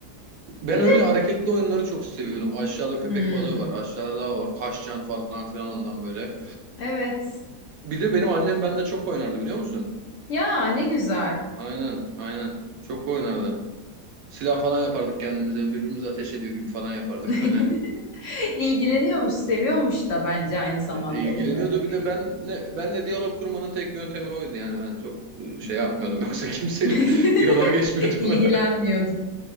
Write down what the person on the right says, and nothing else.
Ben
öyle
hareketli oyunları çok seviyorum. Aşağıda köpek
balığı var, aşağıda lav var, kaşcan falan filan ondan böyle.
Bir de benim annem bende çok oynardı biliyor musun?
Aynen, aynen. Çok oynardı. Silah falan yapardık kendimize, birbirimize ateş ediyor gibi falan yapardık
<laughs> öyle.
İ- İlgileniyordu.
Bir de ben ne benle diyalog kurmanın tek yöntemi oydu yani ben çok e, şey yapmıyordum yoksa kimseyle
<laughs> diyaloğa geçmiyordum.